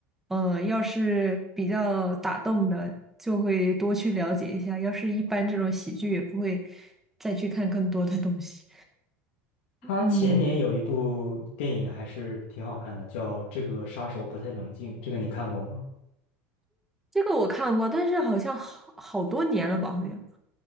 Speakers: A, in the centre; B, on the left (about 80°).
A: 呃，要是比较打动的，就会多去了解一下；要是一般这种喜剧，也不会再去看更多的东西。
B: 他前年有一部电影还是挺好看的，
A: <laughs> 嗯，
B: 叫《这个杀手不太冷静》，这个你看过吗？
A: 这个我看过，但是好像好好多年了吧，好像。